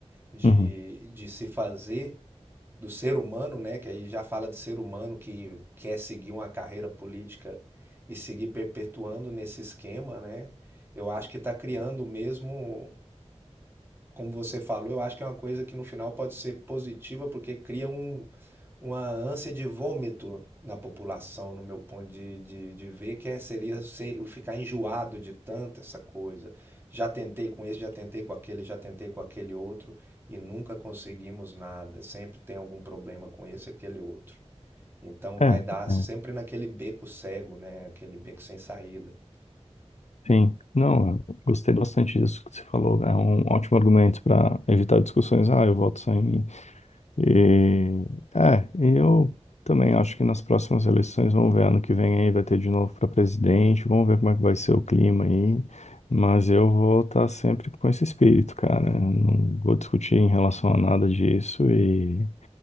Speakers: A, on the right (about 20°); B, on the left (about 80°).
A: De,
B: Uhum.
A: de se fazer do ser humano, né? Que aí já fala de ser humano que quer seguir uma carreira política e seguir perpetuando nesse esquema, né? Eu acho que está criando mesmo como você falou, eu acho que é uma coisa que no final pode ser positiva, porque cria um, uma ânsia de vômito na população, no meu ponto de, de, de ver, que é, seria ser, eu ficar enjoado de tanta essa coisa. Já tentei com esse, já tentei com aquele, já tentei com aquele outro, e nunca conseguimos nada. Sempre tem algum problema com esse e aquele outro. Então vai
B: É,
A: dar sempre
B: é,
A: naquele beco cego, né? Aquele beco sem saída.
B: sim. Não, eu gostei bastante disso que você falou. É um ótimo argumento para evitar discussões. Ah, eu voto só em mim. E, é, e eu também acho que nas próximas eleições, vamos ver, ano que vem aí vai ter de novo para presidente, vamos ver como é que vai ser o clima aí. Mas eu vou estar sempre com esse espírito, cara. Eu Não vou discutir em relação a nada disso e.